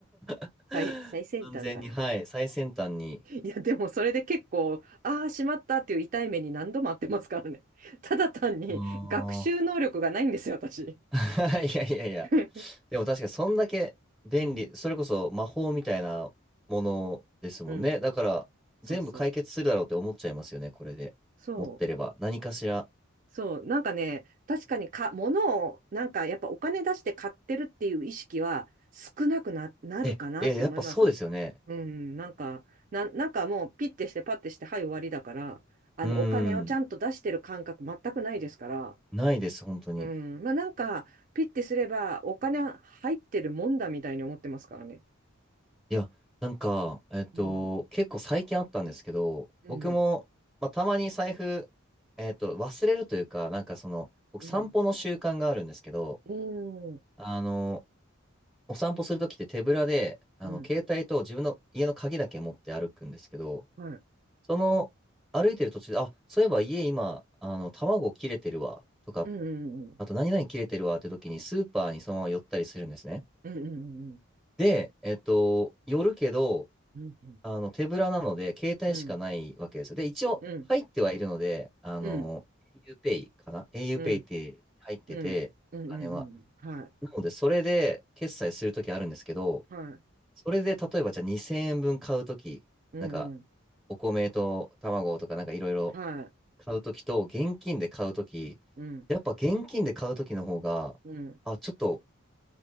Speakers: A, in the centre; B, on the right (about 40°).
A: <laughs>
B: 最、最先端かな。
A: 完全に、はい、最先端に。
B: いや、でもそれで結構、ああ、しまったっていう痛い目に何度もあってますからね。<laughs> ただ単に学習能力がないんですよ、
A: ああ。
B: 私。
A: <laughs> いやいやいや。
B: <laughs>
A: でも確かにそんだけ便利、
B: うん。
A: それこそ魔法みたいなものですもんね。
B: うん。うん。
A: だから全部解決するだろうって思っちゃいますよね、
B: そうそう。
A: これで。
B: そう。
A: 持ってれば。何かしら。
B: そう。なんかね、確かにか、物を、なんかやっぱお金出して買ってるっていう意識は少なくな、なるかなって思います。
A: え、え、やっぱそうですよね。
B: うん。なんか、な、なんかもうピッてしてパッてして、はい、終わりだから、あの、
A: うー
B: お金をちゃんと出してる感覚全くないですから、
A: ん。ないです、本当に。
B: うん。まあなんか、ピッてすればお金入ってるもんだみたいに思ってますからね。
A: いや、なんか、えっと、
B: うん。
A: 結構最近あったんですけど、
B: うん。
A: 僕も、まあ、たまに財布、えっと、忘れるというか、なんかその、僕散歩の習慣があるんですけど、
B: うん。うん。
A: あの、お散歩するときって手ぶらで、あの、
B: うん。
A: 携帯と自分の家の鍵だけ持って歩くんですけど、
B: はい。
A: その、歩いてる途中で、あ、そういえば家今、あの、卵切れてるわ、とか、
B: うん。うん。
A: あと何々切れてるわって時にスーパーにそのまま寄ったりするんですね。
B: うん。うん。
A: で、えっと、寄るけど、
B: うん。
A: あの、手ぶらなので、携帯しかないわけですよ。
B: うん。
A: で、一応、
B: うん。
A: 入ってはいるので、あの、
B: うん。
A: auPay かな ?auPay
B: うん。
A: って入ってて、
B: うん。うんうん。
A: お金は。
B: うんうんうん。はい。
A: なので、それで決済するときあるんですけど、
B: はい。
A: それで例えばじゃあ2000円分買うとき、
B: うん。
A: なんか
B: うん。
A: お米と卵とかなんかいろいろ
B: はい。
A: 買うときと現金で買うとき、
B: うん。
A: やっぱ現金で買うときの方が、
B: うん。
A: あ、ちょっと